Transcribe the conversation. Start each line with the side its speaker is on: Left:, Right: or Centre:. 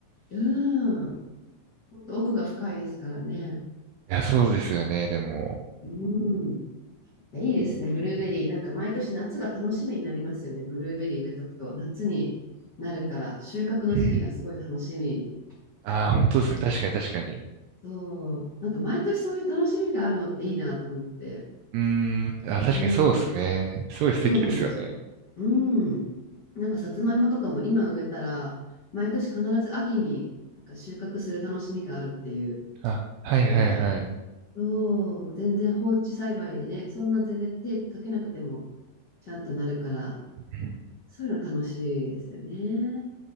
Left: うん。ほんと奥が深いですからね。
Right: いや、そうですよね、でも。
Left: うん。いいですね、ブルーベリー。なんか毎年夏が楽しみになりますよね。ブルーベリー植えとくと。夏になるから、収穫の時期がすごい楽しみ。
Right: うん。ああ、本当ですね。
Left: 楽しみ。
Right: 確かに確かに。
Left: そう。なんか毎年そういう楽しみがあるのっていいなと思って。
Right: うーん。あ、確かにそうですね。
Left: うん。
Right: すごい素敵ですよね。
Left: そうなんですよ。うん。なんかさつまいもとかも今植えたら、毎年必ず秋になんか収穫する楽しみがあるっていう
Right: あ、はいはいはい。
Left: のが、そう、もう全然放置栽培でね、そんな全然手かけなくてもちゃんとなるから、
Right: うん
Left: そういうの楽しいですよね。